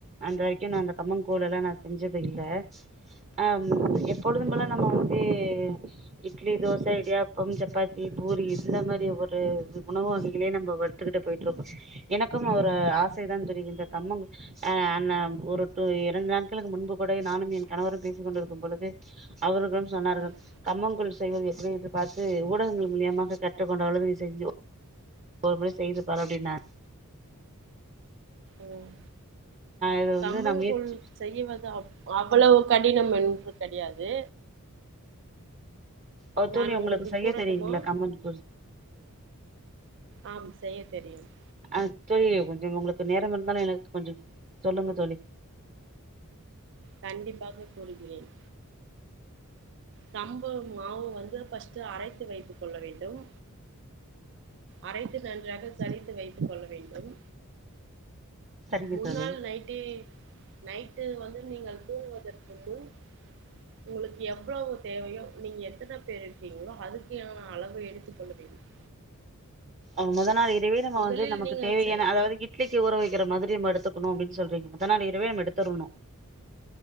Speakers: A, on the right; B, on the right.
A: அன்று வரைக்கும் நான் அந்த கம்மன் கூழுல்லாம் நான் செஞ்சது இல்ல ஹம் பொழுதும்போல
B: ஆ
A: நம்ம வந்து இட்லி, தோசை, இடியாப்பம், சப்பாத்தி. பூரி இந்த மாரி் ஒரு உணவு வகைகலே நம்ம வருத்துக்கிட்டு போயிட்டுருக்கோம், எனக்கும் ஒரு ஆசை தான் தோலி இந்த கம்மம் அ அந்த ஒருட்டு இரண்டு நாட்களுக்கு முன்பு கூட நானும் என் கணவரும் பேசி கொண்டிருக்கும் பொழுது அவர்களும் சொன்னார்கள்
B: ம்
A: கம்மங்கு செய்வது எப்படி என்று பார்த்து ஊடகங்கள் மூலியமாக கற்றுக் கொண்டாலும் நீ செஞ்சிக்கோ ஒரு முறை செய்து பார் அப்டினார்.
B: ம்
A: இத வந்து
B: கம்பங்கூள்
A: நா முயற்சி
B: செய்வதாது அவ் அவ்ளவு கடினம் என்று கடையாது.
A: ஒ
B: நான்
A: தோழி உங்களுக்கு செய்ய
B: கூறட்டுமா
A: தெரியுங்களா கம்மன் கூள்?
B: ஆம் செய்ய தெரியும்.
A: ஆஹ் தோழி கொஞ்சம் உங்களுக்கு நேரம் இருந்தால், எனக்கு கொஞ்சம் சொல்லுங்க தோழி.
B: கண்டிப்பாக சொல்லுகிறேன் சம்பவு மாவு வந்து ஃபஸ்ட் அரைத்து வைத்துக் கொள்ள வேண்டும் அரைத்து நன்றாக சளித்து வைத்துக் கொள்ள வேண்டும்
A: சரிங்க
B: முன்னாள்
A: தோழி
B: நைட்டே நைட்டு வந்து நீங்கள் தூங்குவதற்கு முன் உங்களுக்கு எவ்ளோவு தேவையோ நீங்க எத்தன பேர் இருக்கீங்களோ அதுக்கான அளவு எடுத்துக் கொள்ள வேண்டும்
A: ஆஹ் மொத நாள் இர துவே நம்ம
B: முதலில்
A: வந்து நமக்கு
B: நீங்கள்
A: தேவையான
B: செ
A: அதாவது இட்லிக்கு ஊற வைக்கிற மாதிரி நம்ம எடு எடுத்துக்கணுணு அப்டின்னு சொல்றீங்க மொத நாள் இரவே நம்ம எடுத்துரணும்